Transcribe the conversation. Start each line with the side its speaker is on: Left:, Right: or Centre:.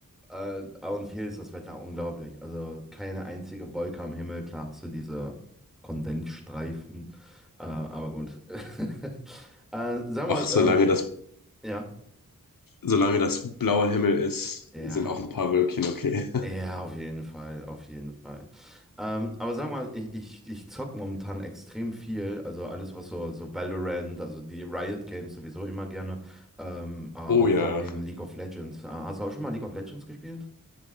Centre: äh, und hier ist das Wetter unglaublich. Also keine einzige Wolke am Himmel. Klar hast du diese Kondensstreifen, äh, aber gut. <laughs> äh, sag
Left: Ach,
Centre: mal,
Left: solange
Centre: ähm,
Left: das,
Centre: ja,
Left: solange das blauer Himmel ist,
Centre: ja.
Left: sind auch ein paar Wölkchen okay.
Centre: Ja, auf jeden Fall, auf jeden Fall. Ähm, aber sag mal, ich, ich, ich zocke momentan extrem viel, also alles, was so, so Valorant, also die Riot Games sowieso immer gerne, ähm, aber
Left: Oh
Centre: auch
Left: ja.
Centre: vor allen Dingen League of Legends. Äh, hast du auch schon mal League of Legends gespielt?